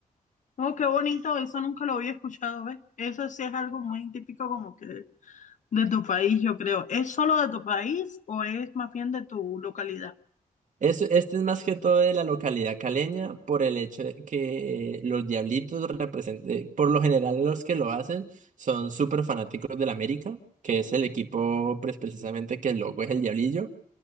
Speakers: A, on the left; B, on the right.
A: Oh, qué bonito, eso nunca lo había escuchado, ¿ves? Eso sí es algo muy típico como que De tu país, yo creo. ¿Es solo de tu país o es más bien de tu localidad?
B: Es- este es más que todo de la localidad caleña por el hecho de que eh, los diablitos representen, por lo general los que lo hacen son súper fanáticos del América, que es el equipo pues, precisamente que el logo es el diablillo.